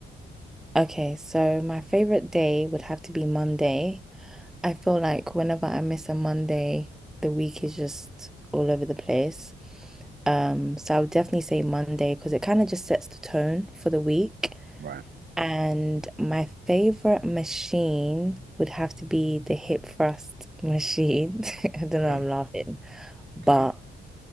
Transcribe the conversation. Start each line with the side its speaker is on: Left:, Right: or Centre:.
Centre: okay, so my favorite day would have to be Monday. I feel like whenever I miss a Monday, the week is just all over the place. Um, so I would definitely say Monday because it kind of just sets the tone for the week.
Right: Right.
Centre: And my favorite machine would have to be the hip thrust machine. <laughs> I don't
Right: Okay.
Centre: know, I'm laughing, but.
Right: Okay.